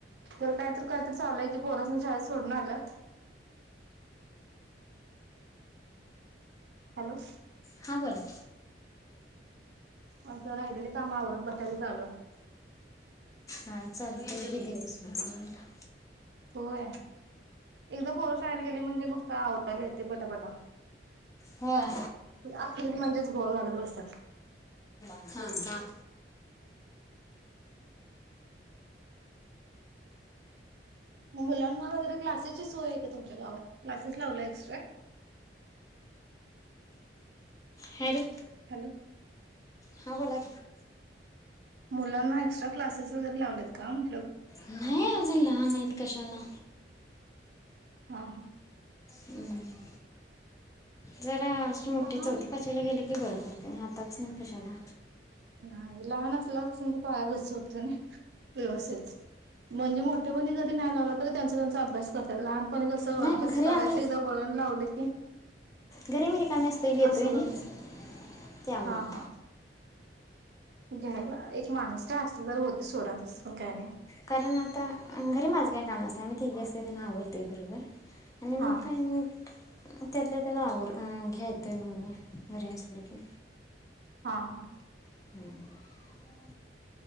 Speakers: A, on the right; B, on the left.
A: तर कायत कायत चाललंय की पोरसने शाळेत सोडून आल्यात हॅलो.
B: हा बोला.
A: असं राहिलेली कामावरच बसायला चालू.
B: ह चालते की दिवस मिवरयला
A: होय. एकदा पोरशायला गेली म्हणजे मग का आवडला येत पटापटा
B: होय
A: आखरीत म्हणजेच घव घलत बसतात.
B: हा हा.
A: मुलांना वगैरे क्लासेसची सोय आहे का तुमच्या गावात? क्लासेस लावलाय एक्स्ट्रा?
B: हॅलो
A: हॅलो
B: हा बोला
A: मुलांना एक्स्ट्रा क्लासेस वगैरे लावलेत का म्हण
B: नाही अजून लहान आहेत कशाला
A: हा ह
B: हम्म जरा अशी मोठी
A: लहान
B: चौथी पाचवीला गेले की बर का आतापसन कशाला
A: नाही लहान असल्यापासूनच पाया गच होतं ना व्यवस्थित म्हणजे मोठेपणी जरी नाही लावला तरी त्यांचा त्यांचा अभ्यास करतात. लहान पणी कसं
B: नाही
A: अभ्यास
B: घरी
A: करायच
B: आम्ही
A: एकदा वळण लावल की
B: घरी मी रिकामी असते घेतोय
A: असं
B: नाही
A: होतय,
B: त्यामुळं
A: हा हा घ्यायला एक माणूस काय असला तर होतय सोडा तसं पण काय नाही
B: कारण आता घरी माझं काही काम नसत आम्ही तिघे असतो त्यांन आवरतय भराभर आणि
A: हा
B: मग काय म त्यातला त्याचा आवर घेतोय मग् मी घरी असले की
A: हा हा
B: हम्म